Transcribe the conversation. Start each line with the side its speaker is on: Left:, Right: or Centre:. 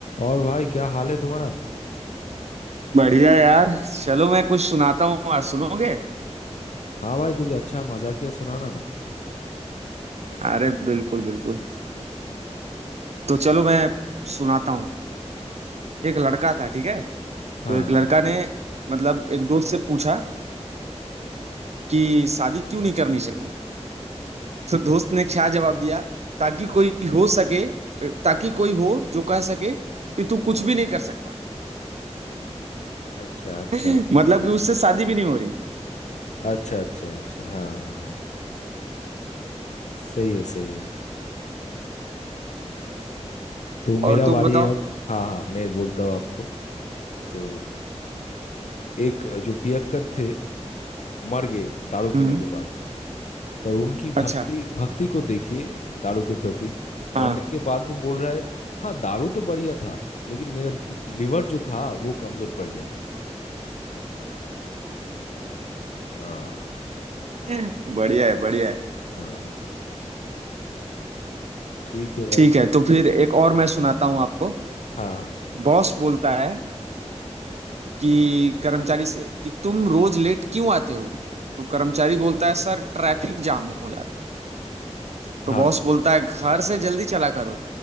Left: और भाई क्या हाल है तुम्हारा
Right: बढ़िया यार चलो मैं कुछ सुनाता हूँ आज सुनोगे
Left: हाँ भाई कुछ अच्छा मजाकिया सुनाना ना
Right: अरे बिल्कुल बिल्कुल तो चलो मैं सुनाता हूँ एक लड़का था ठीक है
Left: हाँ
Right: तो एक लड़का ने मतलब एक दोस्त से पूछा कि शादी क्यों नहीं करनी चाहिए तो दोस्त ने क्या जवाब दिया ताकि कोई हो सके ताकि कोई हो जो कह सके कि तू कुछ भी नहीं कर सकता
Left: अच्छा अच्छा
Right: <laughs>
Left: अच्छा
Right: मतलब कि उससे शादी भी नहीं हो रही
Left: अच्छा अच्छा अच्छा हाँ हाँ हाँ सही है सही है तो मेरा
Right: और तुम
Left: बारी
Right: बताओ
Left: है अब हाँ हाँ मैं बोलता हूँ आपको तो एक जो पियक्कर थे मर गए दारू
Right: हम्म
Left: पीने के बाद पर उनकी
Right: अच्छा
Left: भक्ति भक्ति को देखिए दारू के प्रति मरने
Right: हाँ
Left: के बाद भी बोल रहा है हाँ दारू तो बढ़िया था लेकिन मेरा दि- लिवर जो था वो कमजोर पड़ गया हाँ
Right: <laughs> बढ़िया है बढ़िया है
Left: हाँ ठीक है भाई
Right: ठीक है तो फिर एक और मैं सुनाता हूँ आपको
Left: हाँ हाँ
Right: बॉस बोलता है कि कर्मचारी से कि तुम रोज लेट क्यों आते हो तो कर्मचारी बोलता है सर ट्रैफिक जाम हो जाता है तो
Left: हाँ।
Right: बॉस बोलता है घर से जल्दी चला करो